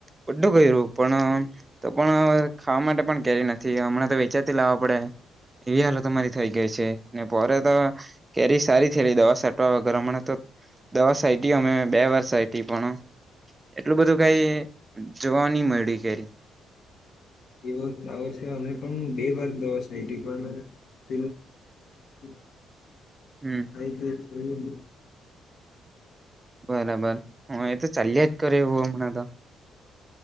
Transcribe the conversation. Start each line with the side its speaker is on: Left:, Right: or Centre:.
Right: બધું કર્યું પણ તો પણ ખાવા માટે પણ કેરી નથી હમણાં તો વેચાતી લાવવા પડે એવી હાલત અમારી થઈ ગઈ છે ને પરે તો કેરી સારી થયેલી દવા વર હમણા તો દવા સાઈટી અમે બે વાર સાઈટી પણ એટલું બધું કઈ જોવા નઈ મળ્યું કેરી
Left: એવુ આ વર્ષ અમે પણ બે વાર દવાશે એટ પણ પ <unintelligible>
Right: હમ
Left: આઈગેટ તેઈબંદ
Right: બરાબર હા, એ તો ચાલ્યા જ કરે એવું હમણાં તો